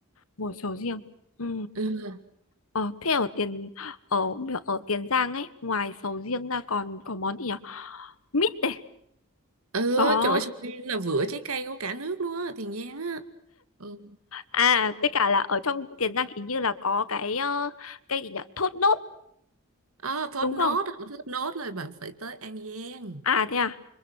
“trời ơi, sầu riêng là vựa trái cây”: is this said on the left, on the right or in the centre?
Right